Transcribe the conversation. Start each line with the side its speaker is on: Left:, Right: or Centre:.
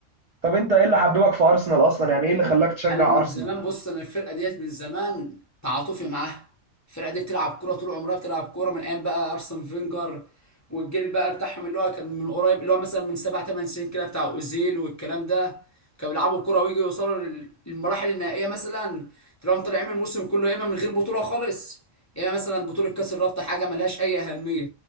Right: طب انت ايه اللي حببك في ارسنال اصلا يعني ايه اللي خلاك تشجع
Left: انا من
Right: ارسنال
Left: زمان بص انا الفرقه ديت من زمان تعاطفي معاها الفرقه دي بتلعب كوره طول عمرها بتلعب كوره من ايام بقى ارسن فينجر والجيل بقى بتاعهم اللي هو كان من قريب اللي هو مثلا من سبع ثمان سنين كده بتاع اوزيل والكلام ده كانوا بيلعبوا كوره ويجوا يوصلوا لل- للمراحل النهائيه مثلا تلاقيهم طالعين من الموسم كله يا اما من غير بطوله خالص يا اما مثلا بطوله كاس الرابطه حاجه ملهاش اي اهميه